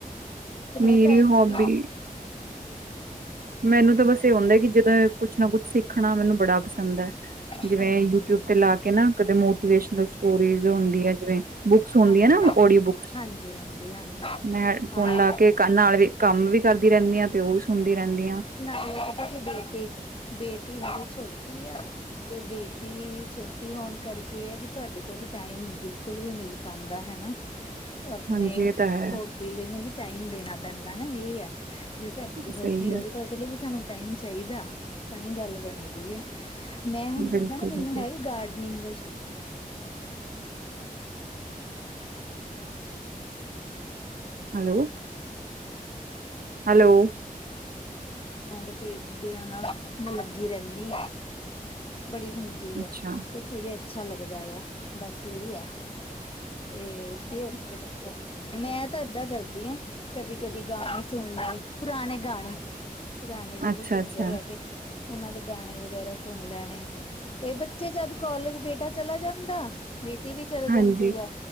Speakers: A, on the left (about 40°); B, on the right (about 75°).
A: ਫਰੀ
B: ਮੇਰੀ
A: ਟਾਈਮਸ
B: ਹੋਬੀ
A: ਕੀ।
B: ਮੈਨੂੰ ਤ ਬਸ ਏ ਹੋਂਦੈ ਕਿ ਜਦੋਂ ਕੁਛ ਨਾ ਕੁਛ ਸਿੱਖਨਾ ਮੈਨੂੰ ਬੜਾ ਪਸੰਦ ਐ।
A: ਅੱਛਾ
B: ਜਿਵੇ
A: ਹਾਂਜੀ
B: ਯੂਟਿਊਬ ਤੇ ਲਾ ਕੇ ਨਾ ਕਦੇ ਮੋਟੀਵੇਸ਼ਨਲ ਸਟੋਰੀਜ ਔਦੀਐਂ ਜਿਵੇ ਬੁੱਕਸ
A: ਹਾਂਜੀ
B: ਹੁੰਦੀਆਂ ਨਾ, ਓਡੀਓ ਬੁੱਕਸ,
A: ਹਾਂਜੀ ਹਾਂਜੀ ਹਾਂਜੀ
B: ਮੈਂ ਫੋਨ ਲਾ ਕੇ ਕੰਨ ਨਾਲ ਵੀ, ਕੰਮ ਵੀ ਕਰਦੀ ਰਹਿੰਦੀ ਆ, ਤੇ ਓਵੀ ਸੁਣਦੀ ਰੈਂਦੀ ਆ।
A: ਨਾਲੇ ਆ ਪਤਾ ਕੀ ਬੇਟੀ, ਬੇਟੀ ਹਜੇ ਛੋਟੀ ਆ। ਤੇ ਬੇਟੀ, ਛੋਟੀ ਹੋਣ ਕਰਕੇ, ਏ ਐ ਕਿ ਤੁਹਾਡੇ ਕੋਲ ਵੀ ਟਾਈਮ ਨੀਂ ਬਿਲਕੁਲ ਵੀ ਮਿਲ ਪਾਂਦਾ ਹਨਾ। ਅਪਣੇ
B: ਹਾਂਜੀ ਇਹ ਤਾਂ ਹੈ
A: ਹੋਬੀਲੇ ਨੂੰ ਵੀ ਟਾਈਮ ਦੇਣਾ ਪੈਂਦਾ, ਏ ਐ। ਜੇ ਸਾਡੀ
B: ਸਹੀ
A: ਹੋਬੀ
B: ਹੈ
A: ਹੋਵੇ ਤੇ ਉਹਦੇ ਲਈ ਵੀ ਸਾਨੂੰ ਟਾਈਮ ਚਾਈਦਾ, ਤਾਂਹੀ ਗੱਲ ਬਣਦੀਐ, ਮੈਂ ਹੁਣ ਜਿੱਦਾਂ
B: ਬਿਲਕੁਲ
A: ਨਾ ਮੈਨੂੰ
B: ਬਿਲਕੁਲ
A: ਹੈਗਾ ਗਾਡਨਿੰਗ ਦਾ ਸ਼ੌ
B: ਹੈਲੋ ਹੈਲੋ
A: ਅੱਗੋਂ ਪੀੜ ਦਿਆਂ ਨਾ, ਮੈਂ ਲੱਗੀ ਰਹਿੰਦੀ ਆ, ਬੜੀ ਹੁੰਦੀ
B: ਅੱਛਾ
A: ਹੈ। ਜਿਸ ਸਿਰੇ ਅੱਛਾ ਲੱਗਦਾ ਆ। ਬਸ ਇਹ ਆ, ਤੇ ਫਿਰ ਮੈਂ ਤਾਂ ਐਦਾਂ ਕਰਦੀ ਆਂ। ਕਦੀ-ਕਦੀ ਗਾਣੇ ਸੁਣ ਲਏ, ਪੁਰਾਣੇ ਗਾਣੇ ਪੁਰਾਣੇ ਜੇੜੇ
B: ਅੱਛਾ
A: ਸਿੰਗਰ
B: ਅੱਛਾ
A: ਹੈਗੇ। ਉਹਨਾਂ ਦੇ ਗਾਣੇ ਵਗੈਰਾ ਸੁਣ ਲੈਣੇ। ਇਹ ਬੱਚੇ ਜਦ ਕੌਲਜ ਬੇਟਾ ਚਲਾ ਜਾਂਦਾ। ਬੇਟੀ ਵੀ ਚੱਲ ਜਾਂਦੀ
B: ਹਾਂਜੀ
A: ਹੈ।